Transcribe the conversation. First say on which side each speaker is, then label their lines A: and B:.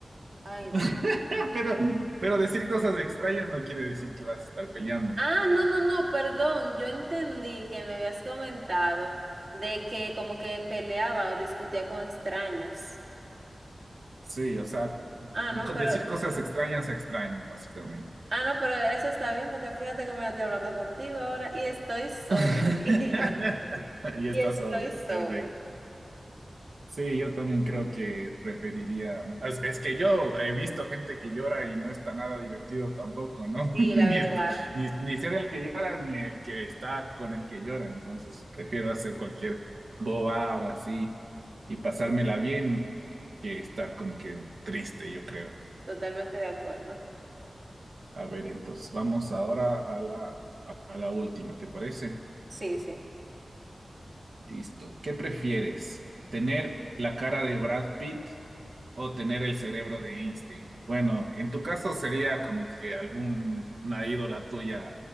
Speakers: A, on the right; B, on the right.
A: Ay,
B: <laughs>
A: Dios.
B: Pero, pero decir cosas extrañas no quiere decir que vas a estar peleando.
A: Ah, no, no, no, perdón, yo entendí que me habías comentado de que como que peleaba o discutía con extraños.
B: Sí, o sea,
A: Ah, no,
B: co-
A: pero,
B: decir cosas extrañas a extraños, básicamente.
A: ah, no, pero eso está bien porque fíjate cómo yo estoy hablando contigo ahora y estoy sobria.
B: <laughs>
A: <laughs>
B: Y
A: Y
B: está
A: estoy
B: sobria,
A: sobria.
B: perfecto. Sí, yo también creo que preferiría. Es, es que yo he visto gente que llora y no está nada divertido tampoco, ¿no?
A: Sí,
B: <laughs>
A: la
B: Ni,
A: verdad,
B: est- ni, ni ser el que llora ni el que está con el que llora. Entonces prefiero hacer cualquier bobada así y pasármela bien que estar como que triste, yo creo.
A: totalmente de acuerdo.
B: A ver, entonces vamos ahora a la, a la última, ¿te parece?
A: Sí, sí.
B: Listo. ¿Qué prefieres? ¿Tener la cara de Brad Pitt? O tener el cerebro de Einstein. Bueno, en tu caso sería como que alguna ídola tuya